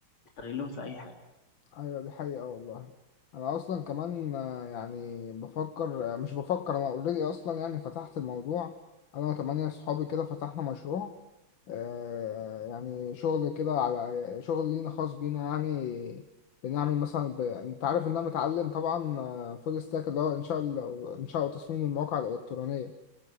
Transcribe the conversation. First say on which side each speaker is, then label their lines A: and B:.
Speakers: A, on the left (about 80°); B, on the left (about 65°).
A: استغلهم في اي حاجه
B: ايوه دي حقيقة والله انا اصلا كمان آه، يعني بفكر آه، مش بفكر انا اوريدي اصلا يعني فتحت الموضوع انا وثمانية صحابي كده فتحنا مشروع آه، يعني شغل كده على شغل لينا خاص بينا يعني بنعمل مثلا ب... انت عارف ان انا متعلم طبعا فول ستاك اللي هو انشاء ال- انشاء وتصميم المواقع الالكترونية